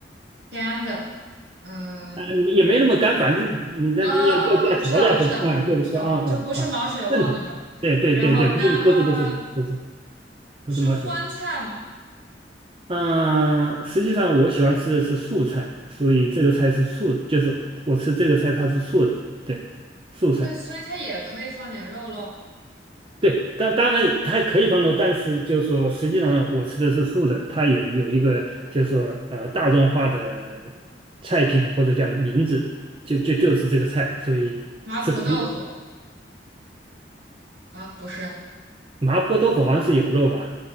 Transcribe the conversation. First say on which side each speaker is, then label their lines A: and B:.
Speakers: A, on the right (about 65°); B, on the right (about 30°).
A: 干的。嗯，
B: 啊、也没那么干，反正你这要要加调料什么啊，
A: 啊啊，我知道，我知道，
B: 就是说啊啊啊，
A: 我知道了，就不是毛血旺那种。
B: 正常，对对对对，
A: 然后那呃，
B: 不是不是不是不是不是毛血
A: 是荤菜嘛？
B: 嗯，实际上我喜欢吃的是素菜，所以这个菜是素，就是我吃这个菜它是素的，对，素菜，
A: 所以所以它也可以放点肉咯。
B: 对，但当然它可以放肉，但是就是说实际上我吃的是素的，它也有一个就是说呃大众化的菜品或者叫名字，就就就是这个菜，所以是可以。
A: 麻婆豆腐啊，不是。
B: 麻婆豆腐好像是有肉吧？